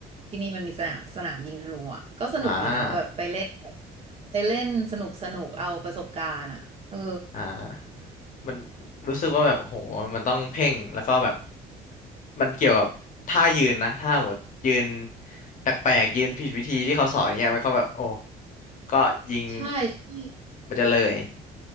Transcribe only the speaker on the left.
อ่า
อ่ามันรู้สึกว่าแบบโหมันต้องเพ่งแล้วก็แบบมันเกี่ยวกับท่ายืนนะท่าหมดยืนแปลกๆยืนผิดวิธีที่เขาสอนเนี่ยมันก็แบบโอ้ก็ยิง
มันจะเลย